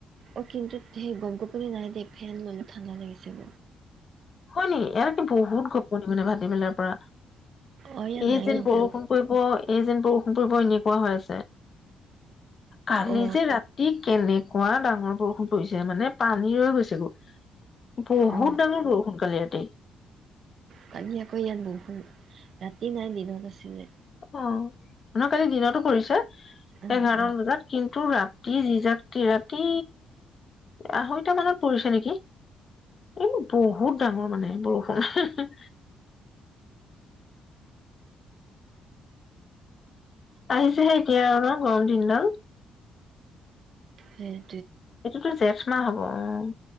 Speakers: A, on the right (about 60°); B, on the left (about 45°).
A: অ কিন্তু সেই গমগোপনি নাই দে ফেন ললো ঠাণ্ডা লাগিছে ব।
B: হয় নেকি কিন্তু বহুত গপনি মানে ভাত। দীঘলা পৰা।
A: অ ইয়াত
B: এই
A: নাই
B: যেন
A: কিন্তু
B: বৰষুণ পৰিব। এই যেন বৰষুণ পুৰ্ব এনেকুৱা হৈ আছে কালি
A: অ
B: যে ৰাতি কেনেক। কুৱ ডাঙৰ বৰষুণ পৰিছে মানে পানী ৰৈ গৈছে গৈ। বহুত
A: অ
B: ডাঙৰ বৰষুণ কালি‌ ৰাতি।
A: কালি আকৌ ইয়াত বৰষুণ ৰাতি নাই দিনত আছিলে।
B: অ নহয় কালি দিনতো পৰিছে
A: অ
B: এঘাৰমান
A: অ
B: বজাত কিন্তু ৰাতি যি যাক কি ৰাতি আঢ়ৈটা মানত পৰিছে নেকি এই বহুত ডাঙৰ মানে বৰষুণ আহিছেহে এতিয়া আৰু গৰম দিনডাল
A: হয়
B: এইটোতো জেঠ মাহ হব উম